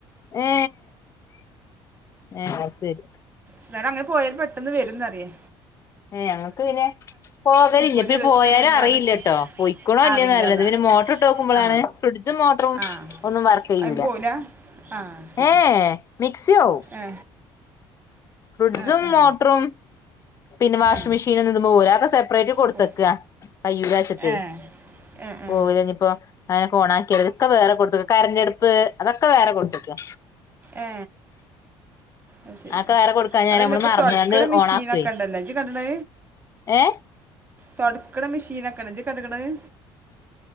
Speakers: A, on the left; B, on the right.
A: ഏ എ ശരി
B: ന്നാലും അങ്ങനെ പോയാൽ പെട്ടെന്ന് വരുന്നറിയാ
A: ഞങ്ങക്ക് പിന്നെ പോകലില്ല
B: ഒരു
A: ഇപ്പിപ്പോ
B: ദിവസം
A: പോയാലും
B: വരെ ഇല്ലാതൊക്കെ
A: അറിയില്ലട്ടോ പൊയ്ക്ക്ണോ ഇല്ലേന്ന്ല്ലത്
B: അറിയില്ല അതാ
A: പിന്നെ മോട്ടർ ഇട്ട് നോക്കുമ്പോഴാണ്
B: ആ
A: ഫ്രിജ്മോട്ടറും
B: ആ
A: വർക്ക് ചെയ്യുലാ
B: അതിന് പോവില്ല ആ ശരി
A: ഏ മിക്സി ആവും
B: ഏ
A: ഫ്രിഡ്ജും
B: ഏ ഏ
A: മോട്ടറും പിന്നെ വാഷിംഗ്
B: ഏ
A: മെഷീനും ഇത്മേ പോവുല അത്ഒക്കെ സെപ്പ്റേറ്റ് ഇതിൽകൊടുത്തക്ക
B: പോ
A: കയ്യൂലാച്ചിട്ടേ
B: ഏ ഏ ഏ
A: പോവുലനിപ്പോ അങ്ങനെ ഓണാക്കി ഇതൊക്കെ വേറെ കൊടുത്ത്ക്കാ കരന്റ്അടുപ്പ് അതൊക്കെ വേറെ കൊടുത്ക്കാ
B: ഏ അത്ശരി
A: അതൊക്കെ വേറെ കൊടുക്കാഞ്ഞാല്
B: അതല്ല
A: നമ്മള്
B: ഇപ്പൊ
A: മറന്നാണ്ട്
B: തൊടക്ണമെഷീനൊക്കെ
A: ഓണാക്കുവേ
B: ഇണ്ടല്ലോഇജ്കണ്ട് ക്ണോ
A: ഏ
B: തൊടക്ണ മെഷീൻ ഒക്കെ ഇണ്ട് ജ്ജ് ക്കണ്ട് ക്ണോ അത്